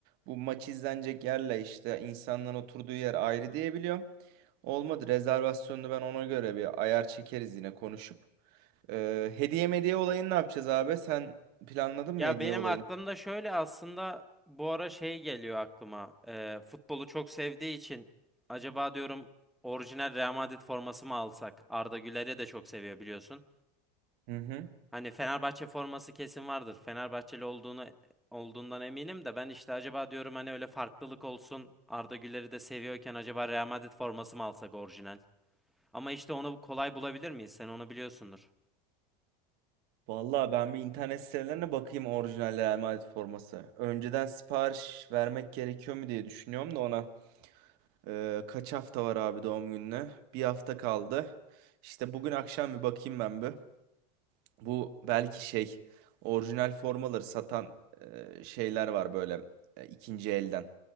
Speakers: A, on the right; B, in the centre.
A: Bu maç izlenecek yerle işte insanların oturduğu yer ayrı diye biliyorum. Olmadı rezervasyonunu ben ona göre bir ayar çekeriz yine konuşup. E, hediye mediye olayını ne yapacağız abi? Sen planladın mı
B: Ya
A: hediye
B: benim
A: olayını?
B: aklımda şöyle aslında bu ara şey geliyor aklıma. Ee, futbolu çok sevdiği için acaba diyorum orijinal Real Madrid forması mı alsak? Arda Güler'i de çok seviyor biliyorsun.
A: Hı hı.
B: Hani Fenerbahçe forması kesin vardır. Fenerbahçeli olduğunu olduğundan eminim de ben işte acaba diyorum hani öyle farklılık olsun. Arda Güler'i de seviyorken acaba Real Madrid forması mı alsak orijinal? Ama işte onu kolay bulabilir miyiz? Sen onu biliyorsundur.
A: Vallahi ben bir internet sitelerine bakayım orijinal Real Madrid forması. Önceden sipariş vermek gerekiyor mu diye düşünüyorum da ona. Ee, kaç hafta var abi doğum gününe? Bir hafta kaldı. İşte bugün akşam bir bakayım ben bir. Bu belki şey orijinal formaları satan e, şeyler var böyle e, ikinci elden.